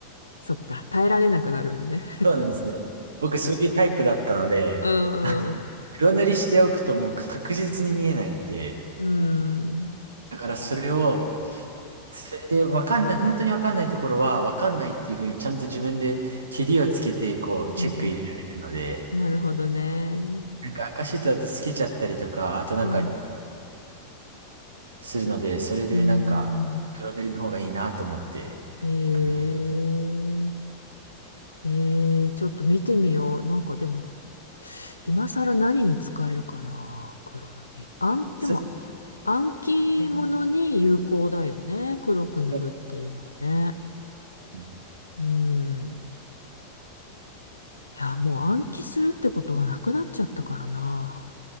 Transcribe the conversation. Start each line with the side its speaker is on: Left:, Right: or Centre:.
Left: そっか、耐えられなくなるのね。
Right: そうなんですよ。僕そういうタイプだったので、
Left: うん、うん、
Right: 黒塗りしておくともう確実に見えないんで、
Left: うん、
Right: だからそれを、それで分かんない、本当に分かんないところは分かんないっていうふうにちゃんと自分でケリをつけて、こう、
Left: うん、
Right: チェック入れられるので、
Left: なるほどね。
Right: なんか赤シートだと透けちゃったりとか、あとなんか、
Left: うん、
Right: い、するので、それでなんか、
Left: うん、
Right: 黒塗りの方がいいなと思って、
Left: へえ、
Right: 黒塗り。
Left: えー、ちょっと見てみよう。なんかでも、今更何に使えるかな、黒塗り。あでも、
Right: そ
Left: 暗記物に有効だよね、
Right: そ
Left: 黒く塗るっていうのはね。
Right: うですね。
Left: うん。いや、もう暗記するってことがなくなっちゃったからな。